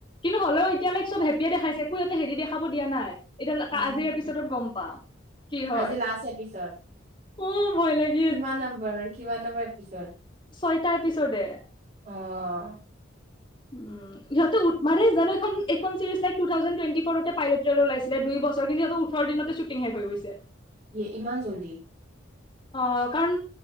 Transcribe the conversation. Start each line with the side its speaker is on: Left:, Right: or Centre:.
Left: কিন্তু হলেও এতিয়ালৈ চব হেপীয়ে দেখাই একো সিহঁতে হেৰি দেখাব দিয়া নাই। এতিয়া
Right: উম
Left: আজিৰ এপিচডত গম পাম। কি হয়
Right: আজি লাষ্ট এপিছড।
Left: অ ভয় লাগে।
Right: কিমান নম্বৰ কিমান নম্বৰ। এপিছড
Left: ছয়টা এপিচ'ডে।
Right: অঁ।
Left: উম ইহঁতে উত মাৰে জানে। খন এইখন series like two thousand twenty ফ'ৰতে পাইলট ওলাইছিলে দুই বছৰ কিন্তু সিহঁত ওঠৰ দিনতে শ্বুটিং শেষ হৈ গৈছে।
Right: ইয়ে ইমান জল্দি।
Left: অ'কাৰণ